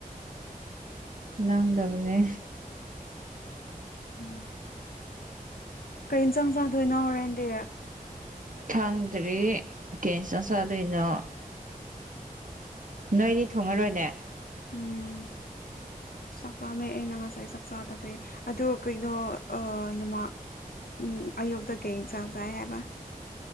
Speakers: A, on the right (about 60°); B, on the left (about 80°).
A: ꯂꯥꯡꯗꯕꯅꯦ
B: ꯎꯝ ꯀꯩ ꯏꯟꯖꯥꯡ ꯆꯥꯗꯣꯏꯅꯣ ꯍꯣꯔꯦꯟꯗꯤ
A: ꯊꯥꯡꯗ꯭ꯔꯤ ꯀꯩ ꯢꯟꯆꯪ ꯆꯥꯗꯣꯏꯅꯣ ꯅꯣꯏꯗꯤ ꯊꯣꯡꯉꯔꯣꯏꯅꯦ
B: ꯎꯝ ꯆꯥꯛ ꯄꯥꯝꯃꯦ ꯑꯩꯅ ꯉꯁꯥꯏ ꯆꯥꯛꯆꯥꯥꯊꯕꯩ ꯑꯗꯨ ꯀꯩꯅꯣ ꯑ ꯅꯃꯥ ꯎꯝ ꯑꯌꯨꯛꯇ ꯀꯩ ꯆꯥꯡ ꯆꯥꯏ ꯍꯥꯏꯕ